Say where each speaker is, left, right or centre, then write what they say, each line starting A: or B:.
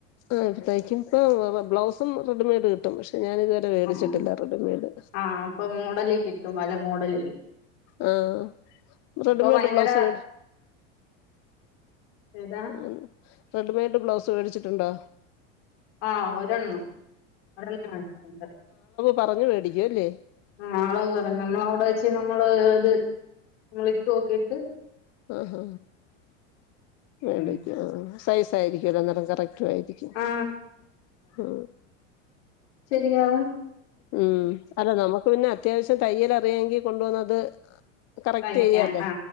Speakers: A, on the left; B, on the left.
A: ആഹ് ഇപ്പ തയ്ക്കും ഇപ്പം ബ ബ ബ്ലൗസും റെഡിമെയ്ഡ് കിട്ടും പക്ഷെ ഞാനിതുവരെ വേടിച്ചെട്ടില്ല
B: ആ
A: റെഡിമെയ്ഡ്
B: ആ അപ്പൊ മോഡലിൽ കിട്ടും പല മോഡലുകള്
A: ആ അ റെഡിമേഡ്
B: ഇപ്പൊ ഭയങ്കര
A: ബ്ലൗസ് വേട്
B: ഏതാ
A: അങ്ങനെ റെഡിമെയ്ഡ് ബ്ലൗസ് വേടിച്ചിട്ടുണ്ടോ
B: ആ ഒരെണ്ണം ഒരെണ്ണം വാങ്ങി <unintelligible>
A: പറഞ്ഞു വേടിക്കു അല്ലേ?
B: ആ അളവ് പറഞ്ഞ് നമ്മളവിടെ വെച്ച് നമ്മള് അത് നമ്മളിട്ടുഓക്കീട്ട്
A: ആഹാ ആ <unintelligible>
B: ഉം
A: സൈസായിരിക്കുഅല്ലോ അന്നേരം കറക് കായിരിക്കും
B: ആ
A: ആ
B: ശെരിയാവും
A: ഉം അല്ല നമുക്ക് പിന്നെ അത്യാവശ്യം തയ്യൽ അറിയായെങ്കി കൊണ്ടുവന്നത് കറക്റ്റ്
B: തയ്ക്കാൻ
A: ചെയ്യാല്ലേ
B: ആ